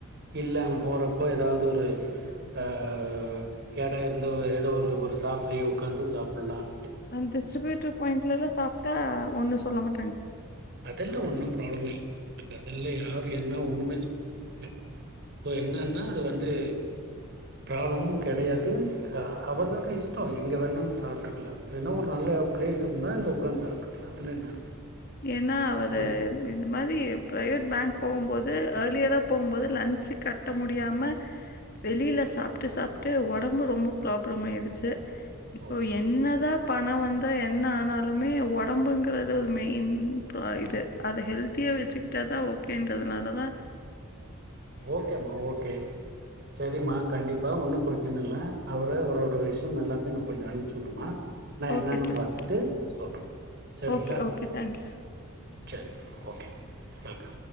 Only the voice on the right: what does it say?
இல்ல அங்க போறப்போ ஏதாவது ஒரு ஹ ஹ எடம் இருந்தா ஏதோ ஒரு ஒரு சாப்லேய உட்காந்தும் சாப்பிட்லாம்
அதெல்லாம் ஒண்ணும் பிராப்ளமேயில்ல உங்களுக்கு அதல்லாம் யாரும் என்ன ஒண்ணுமே சொல்ல மாட்டாங்க இப்ப என்னன்னா அது வந்து பிராப்ளமும் கிடையாது ஆஹா அவர்களுக்கும் இஷ்டம் எங்க வேணாலும் சாப்பிட்டுகளாம் ஏன்னா ஒரு நல்ல பிளேஸ்யிருந்தா உட்காந்து சாப்பிட்டுகளாம் அதலாம் என்னை இருக்கு
தப்பில்ல
ஓகே
ஓகேமா ஓகே செரிம்மா கண்டிப்பா ஒன்னும் பிரச்சனை இல்ல அவுரு அவர்ரோட விஷயம் எல்லாத்தையும் கொஞ்சம் அம்சியுடுமா நான்
என்னன்னு
பாத்துட்டு சொல்றேன் செரிங்களா
செரிங்க ஓகே வெல்கம்